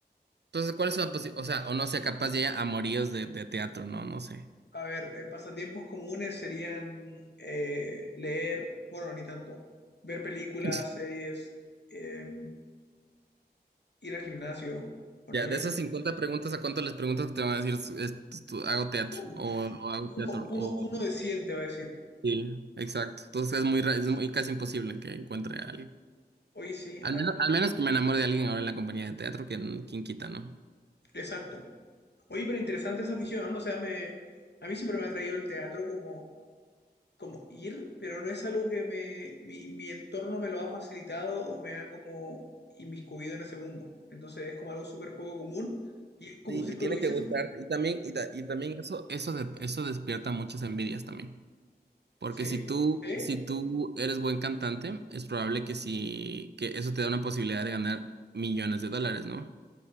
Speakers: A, on the right; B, on the left.
A: Entonces, ¿cuáles son? las o sea, o no sé, capaz ya hay amoríos de, de teatro, no, no sé.
B: A ver, eh, pasatiempos comunes serían eh, leer, bueno, ni tanto, ver películas,
A: <laughs>
B: series, eh, ir al gimnasio, o
A: Ya,
B: no ir
A: de
B: al
A: esas
B: gimnasio.
A: 50 preguntas, ¿a cuántas les preguntas que te van a decir, "Es- es- tú- hago teatro?
B: Uh,
A: O, o hago teatro,
B: uno, uno,
A: o...
B: uno de 100 te va a decir,
A: Sí, exacto. Entonces es muy, ra- es muy casi imposible que encuentre a alguien.
B: oye, sí,
A: Al
B: a-
A: menos, al menos que me enamore de alguien ahora en la compañía de teatro, que quien quita, ¿no?
B: exacto. Oye, pero interesante esa afición, ¿no? O sea, me, a mí siempre me ha traído el teatro como como ir, pero no es algo que me, mi, mi entorno me lo ha facilitado o me ha como inmiscuido en ese mundo. Entonces es como algo súper poco común y es como
A: Sí,
B: un círculo
A: y tiene
B: vicioso
A: que gustarte.
B: porque
A: Y también, y, ta- y también eso, eso, de- eso despierta muchas envidias también. Porque
B: sí,
A: si tú,
B: sí, sí,
A: si tú eres buen cantante, es probable que sí, que eso te da una posibilidad de ganar millones de dólares, ¿no?